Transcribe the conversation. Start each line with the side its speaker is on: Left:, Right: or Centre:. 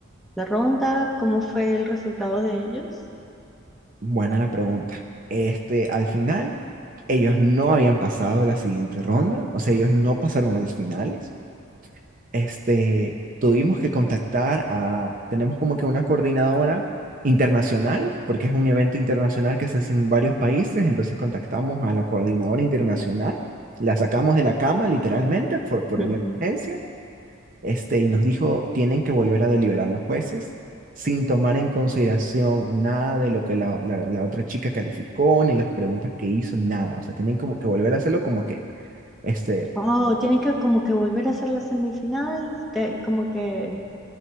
Centre: la ronda, ¿cómo fue el resultado de ellos?
Right: Buena la pregunta. Este, al final, ellos no habían pasado la siguiente ronda, o sea, ellos no pasaron a las finales. este, tuvimos que contactar a, tenemos como que una coordinadora internacional, porque es un evento internacional que se hace en varios países, entonces contactamos a la coordinadora internacional, la sacamos de la cama literalmente por, por
Centre: Mm.
Right: la emergencia, este, y nos dijo, tienen que volver a deliberar los jueces sin tomar en consideración nada de lo que la, la, la otra chica calificó, ni las preguntas que hizo, nada. O sea, tienen como que volver a hacerlo como que, este,
Centre: Oh, tienen que como que volver a hacer la semifinal, te- como que